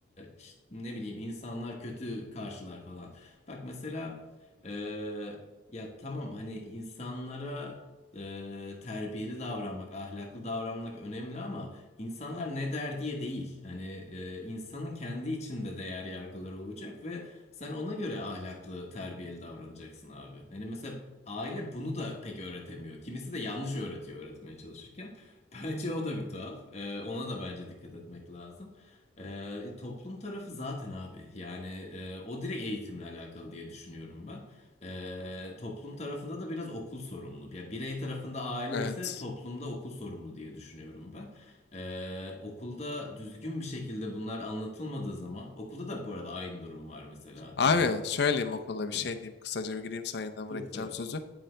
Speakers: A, on the left; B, on the left.
A: işte ne bileyim insanlar kötü karşılar falan. Bak mesela e, ya tamam hani insanlara e, terbiyeli davranmak, ahlaklı davranmak önemli ama insanlar ne der diye değil. Hani e, insanın kendi içinde değer yargıları olacak ve sen ona göre ahlaklı, terbiyeli davranacaksın abi. Hani mesela Aile bunu da pek öğretemiyor. Kimisi de yanlış öğretiyor öğretmeye çalışırken. <laughs> Bence o da bir tuhaf. Ee, ona da bence dikkat etmek lazım. Ee, toplum tarafı zaten abi. Yani e, o direkt eğitimle alakalı diye düşünüyorum ben. Ee, toplum tarafında da biraz okul sorumlu. Yani birey tarafında aile
B: Evet.
A: ise toplumda okul sorumlu diye düşünüyorum ben. Ee, okulda düzgün bir şekilde bunlar anlatılmadığı zaman okulda da bu arada aynı durum var mesela.
B: Abi
A: Hani
B: söyleyeyim okulda bir şey
A: hı,
B: diyeyim. Kısaca bir gireyim sana yeniden
A: buyur
B: bırakacağım
A: tabii.
B: sözü.